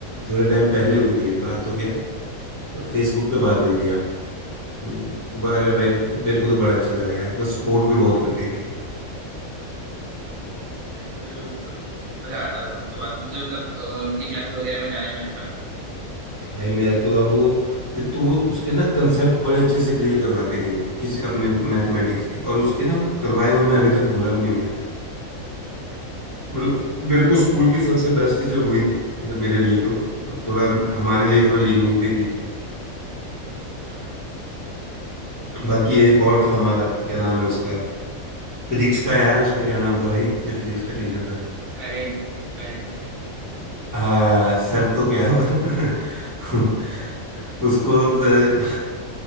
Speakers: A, on the left (about 15°); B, on the right (about 75°).
A: थोड़े टाइम पहले हुई थी बात तो क्या फेसबुक पे बात हुई थी हाँ
B: हम्म।
A: हम्म, ब- अरे भाई मेरे को तो बड़ा अच्छा लगा यार वो सपोर्ट भी बहुत करती थी
B: इंटरव्यू मतलब मजा आता था उनसे बात उनसे मतलब अ, उनकी क्लासेस वगैरह में जाने में अच्छा लगता
A: भाई मैं तो और वो एक तो वो उसके ना कंसेप्ट बड़े अच्छे से क्लियर करवाती थी वो किसी अपने मैथमेटिक्स के और उसके ना करवाए हुए मैं अभी तक भूला भी नहीं हूँ यार
B: हम्म
A: मतलब मेरे को स्कूल की सबसे बेस्ट टीचर वही थी मतलब मेरे लिए तो अब थोड़ा हमारे लिए थोड़ा
B: हम्म,
A: लीनियंट भी थी
B: हाँ हाँ
A: बाकी एक और था हमारा क्या नाम है उसका फिजिक्स का यार उसका क्या नाम था भाई जो फिजिक्स का टीचर था
B: राजेंद्र राजेंद्र सर
A: हाँ सर तो क्या पर <laughs> उसको अ,